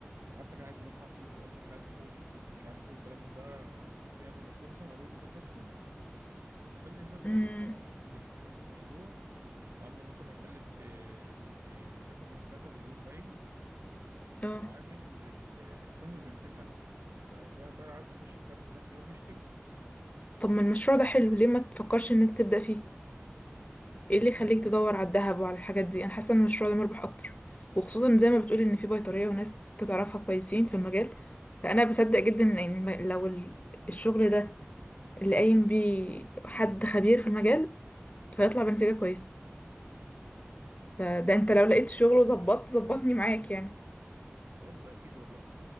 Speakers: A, on the right; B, on the left.
A: وحتى كان عايز يجمع فلوس وقال الناس اللي عايز تحوش فلوس ومش عارف ايه والكلام من ده ممكن يعمل مشروع مثلا ويعمل له نظام اسهم ويخلي الناس بقى
B: امم
A: تدخل على الاسهم دي مثلا المشروع عامله مثلا هيكلف آه، م- آه، مش عارف كان بيقول 3 مليون باين
B: اه
A: وعامل ال- السهم ب 200000 فكل واحد بقى عايز يخش بكام سهم يروح يشتري
B: طب ما المشروع ده حلو ليه ما تفكرش ان انت تبدا فيه ايه
A: مش
B: اللي يخليك
A: عارف والله
B: تدور على الذهب وعلى الحاجات دي انا حاسه ان المشروع ده مربح اكتر وخصوصا زي ما بتقولي ان في بيطريه وناس تعرفها كويسين في المجال فانا بصدق جدا ان إن لو ال- الشغل ده
A: امم
B: اللي قايم بيه حد خبير في المجال هيطلع بنتيجه كويسه فده
A: انا
B: انت لو
A: عارف
B: لقيت شغل وظبطت ظبطني معاك يعني
A: خلاص ده اكيد والله